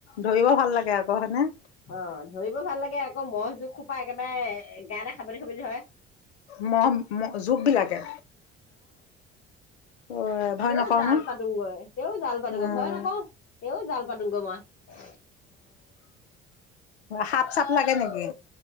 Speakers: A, on the left (about 85°); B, on the left (about 45°).
A: ধৰিব ভাল লাগে আক, হয়নে?
B: অ, ধৰিব ভাল লাগে আক, মহ জোক সোপা একেবাৰে গাটে সাৱটি-সাৱটি ধৰে।
A: মহ ম জোক বিলাকে অ', ভয়
B: তেওঁ
A: নকৰ
B: জাল
A: নে?
B: পাতোগৈ, তেওঁ জাল পাতোগৈ,
A: অ',
B: ভয় নকৰো, তেওঁ জাল পাতোগৈ মই।
A: সাপ-চাপ লাগে নেকি?